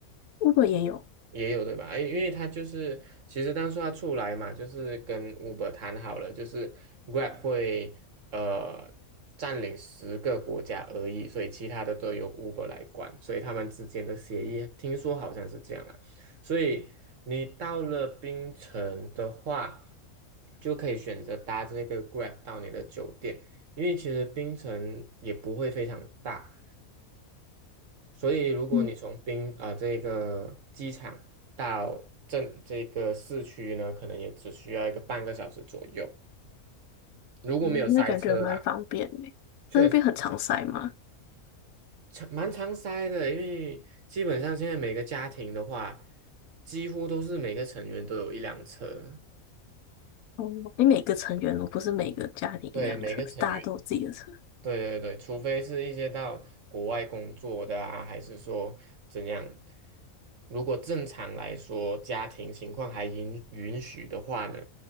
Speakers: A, on the left; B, on the right.
A: ，Uber 也有，
B: 也有对吧？哎，因为他就是其实当初他出来嘛，就是跟 Uber 谈好了，就是 Grab 会呃占领十个国家而已，所以其他的都由 Uber 来管，所以他们之间的协议听说好像是这样啊。所以你到了槟城的话，就可以选择搭这个 Grab 到你的酒店，因为其实槟城也不会非常大。所以如果你从滨啊、
A: 嗯，
B: 这个机场到镇这个市区呢，可能也只需要一个半个小时左右，如果没有塞车嗯啦，
A: 哦那感觉蛮方便的。
B: 确实
A: 那那边很常塞吗？
B: 常蛮常塞的，因为基本上现在每个家庭的话，几乎都是每个成员都有一辆车，
A: 哦，你每个成员哦，不是每个家庭一辆车，
B: 对，每个成员。
A: 是大家都有自己的车。
B: 对对对，除非是一些到国外工作的啊，还是说怎样？如果正常来说，家庭情况还允允许的话呢，